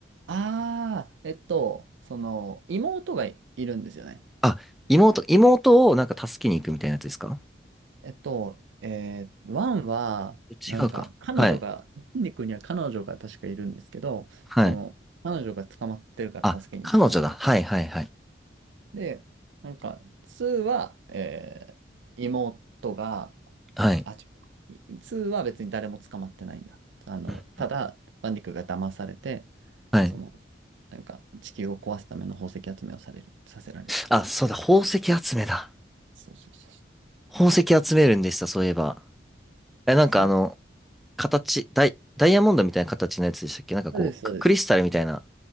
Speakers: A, on the right; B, in the centre.
A: ああ、えっと、その、妹がいるんですよね。
B: あ、妹、妹をなんか助けに行くみたいなやつですか
A: えっと、えーワンは、
B: 違うか。
A: なんか、彼女が、
B: はい。
A: バンディクーには彼女が確かいるんですけど、
B: はい。
A: その、彼女が捕まってるから助けに行くみたいな。
B: あ、彼女だ。はいはいはい。
A: で、なんか、ツーは、えー妹が、
B: はい。
A: あ、違う、ツーは別に誰も捕まってないんだ。あの、
B: うん。
A: ただ、バンディクが騙されて、
B: はい。
A: その、なんか、地球を壊すための宝石集めをされる、させられるっていう。
B: あ、そうだ。宝石集めだ。
A: そうそうそうそう。
B: 宝石集めるんでした、そういえば。え、なんかあの、
A: そう
B: 形、ダイ、ダイヤモンドみたいな形のやつでしたっけなんかこう、
A: そうです、そうです。
B: ククリスタルみたいな